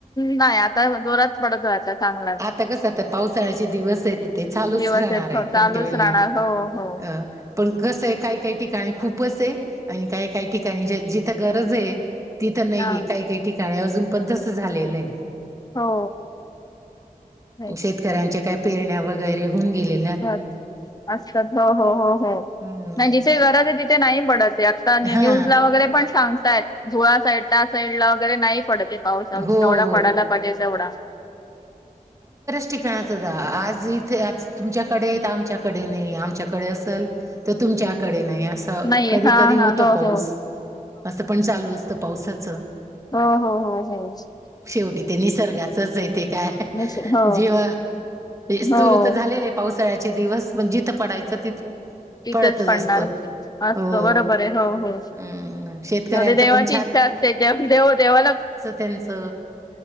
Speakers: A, on the left; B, on the right.
A: नाही आता जोरात पडतो आता. चांगला
B: आता कसं आता पावसाळ्याचे दिवस आहेत ते चालूच
A: दिवस
B: राहणार
A: एक
B: आहे
A: चालूच
B: कंटिन्यू.
A: राहणार हो. हा.
B: अ पण कसं आहे काय काही ठिकाणी खूपच आहे काय काही ठिकाणी जिथं गरज आहे. तिथं नाहीये
A: हा
B: काही काही ठिकाणी अजून पण तसं झालेलं आहे.
A: हो. नाही
B: शेतकऱ्यांच्या काय पेरण्या वगैरे होऊन गेले.
A: बस, असतात हो हो हो हो.
B: हम्म,
A: नाही जिथे गरज आहे तिथे नाही पडतं आहे आता न्यूज
B: हा
A: ला वगैरे पण सांगतायेत. धुळा साईडला त्या साईड ला वगैरे नाही पडतं आहे. पाऊस
B: हो
A: जेवढा
B: हो
A: पडायला पाहिजे तेवढा.
B: काही ठिकाणी आज इथे आज तुमच्याकडे तर आमच्याकडे नाही आमच्याकडे असलं. तर तुमच्याकडे नाही असं
A: नाही
B: कधी-
A: हा
B: कधी होतं
A: हा हो
B: पाऊस
A: हो
B: असं पण चालू असतं पावसात. चं?
A: हा ह ह हच.
B: शेवटी ते निसर्गाचच आहे ते काय
A: निश्चित. हो
B: जीव सुरू
A: हो
B: तर झालेले आहे. पावसाळ्याचे दिवस म्हणज जिथं पडायचं तिथं.
A: तिथं
B: पडतच
A: चं पडणार.
B: असतो.
A: असतं
B: हो.
A: बरोबर आहे हो हो
B: अं शेतकऱ्यांचं
A: तेवढी देवाची
B: पण
A: इच्छा असते जेव्हा देवलाचं.
B: त्यांच